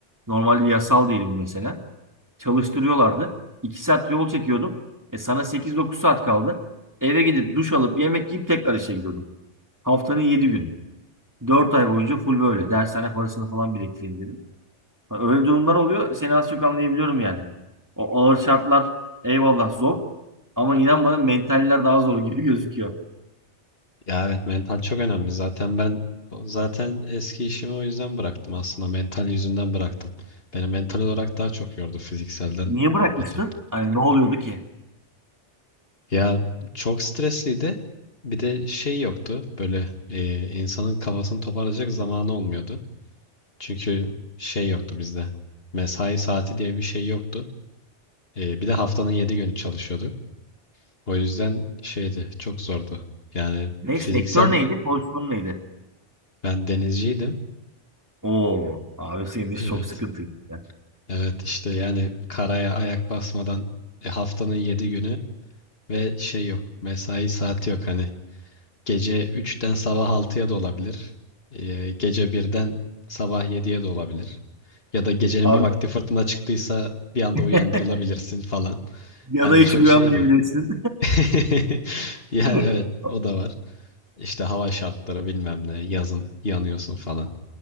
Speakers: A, on the right; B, on the left.
A: normalde yasal değilim mesela. Çalıştırıyorlardı. 2 saat yol çekiyordum. E sana sekiz dokuz saat kaldı. Eve gidip duş alıp yemek yiyip tekrar işe gidiyordum. Haftanın 7 günü. 4 ay boyunca full böyle. Dershane parasını falan biriktireyim dedim. Ha, Öyle durumlar oluyor. Seni az çok anlayabiliyorum yani. O ağır şartlar eyvallah zor. Ama inan bana mentaller daha zor gibi <laughs> gözüküyor.
B: Ya evet mental çok önemli. Zaten ben zaten eski işimi o yüzden bıraktım aslında. Mental yüzünden bıraktım. Beni mental olarak daha çok yordu fizikselden
A: Niye bırakmıştın?
B: öte.
A: Hani ne oluyordu ki?
B: Ya çok stresliydi. Bir de şey yoktu. Böyle e, insanın kafasını toparlayacak zamanı olmuyordu. Çünkü şey yoktu bizde. Mesai saati diye bir şey yoktu. E, bir de haftanın 7 günü çalışıyorduk. O yüzden şeydi, çok zordu. Yani
A: Ne,
B: fiziksel
A: sektör neydi? Pozisyon neydi?
B: ben denizciydim.
A: Oo, abi senin iş
B: Evet.
A: çok sıkıntıymış. ya.
B: Evet işte yani karaya ayak basmadan e, haftanın 7 günü ve şey yok. Mesai saati yok hani. Gece üçten sabah altıya da olabilir. Ee, gece birden sabah yediye de olabilir. Ya da gecenin
A: Abi
B: bir vakti fırtına çıktıysa bir anda
A: <laughs>
B: uyandırılabilirsin falan.
A: ya
B: Hani
A: da hiç
B: çok
A: uyanmayabilirsin.
B: şeydi. <laughs> Ya
A: <laughs>
B: evet o da var. İşte hava şartları bilmem ne yazın yanıyorsun falan.